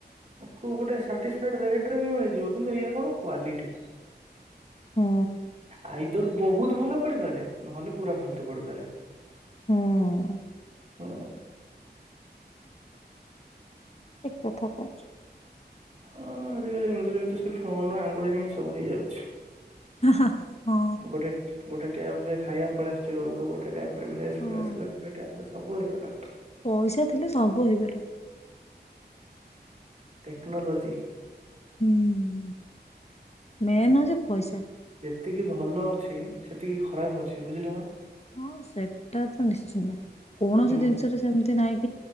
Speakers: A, on the right; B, on the left.
A: କୁ ଗୋଟେ ସାଟିସ୍ଫାଇଡ଼୍ ରେଟ ରେ ବି ମିଳିଯିବ କିନ୍ତୁ ଏହାଇା କଣ କ୍ୱାଲିଟି-
B: ହୁଁ
A: ଆଇଦର୍ ବହୁତ ଭଲ ପଡିପାରେ ନହେଲେ ପୁରା ଫାଲତୁ ପଡିପାରେ-
B: ହଁ
A: ହଁ
B: ଠିକ କଥା କଛ
A: ହଁ ଆଜିକାଲି ଏମିତିରେ ବି ତ ସେ ଫୋନ ର ଆଙ୍ଗୁଳି ନେଇ ସବୁ ହେଇଯାଉଛି।
B: ହଁ
A: ଗୋଟେ ଗୋଟେ ଟ ଆପରେ ଖାଇବା ପଳ ଆସଛି ଘରକୁ ଗୋଟେ ଟପ୍
B: ହଁ
A: ଆସା ଗଟ ସବୁ ହେଇଗଲା।
B: ପଇସା ଥିଲେ ସବୁ ହେଇବୋର
A: ଟେକ୍ନୋଲୋଜି
B: ହୁଁ ମ ହ ଯେ ପଇସା
A: ସେତିକି ଭଲ ଅଛି ସେତିକି ଖରାପ ଅଛି ବୁଝିଲ ନା
B: ହଁ ସେଟା ତ ନିଶ୍ଚିନ୍ତ କୌଣସି
A: ହୁଁ
B: ଜିନିଷରେ ସେମିତି ନହିଁ।